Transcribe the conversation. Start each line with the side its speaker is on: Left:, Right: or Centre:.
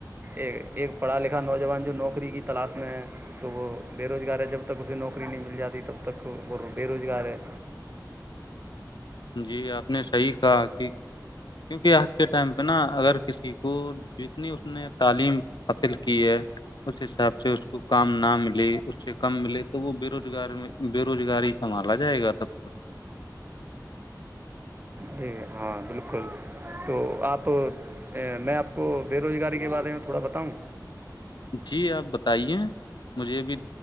Right: ایک ایک پڑھا لکھ نوجوان جو نوکری کی تلاش میں ہے تو وہ بے روزگار ہے جب تک اسے نوکری نہیں مل جاتی تب تک وہ بے روزگار ہے
Left: جی آپ نے صحیح کہا کہ کیونکہ آج کے ٹائم پہ نا اگر کسی کو جتنی اس نے تعلیم حاصل کی ہے اس حساب سے اس کو کام نہ ملے اس سے کم ملے تو وہ بے روزگار بے روزگاری سنبھالا جائے گا تب ت
Right: جی ہاں بالکل تو آپ میں آپ کو بے روزگاری کے بارے میں تھوڑا بتاؤں
Left: جی آپ بتائیے مجھے بھی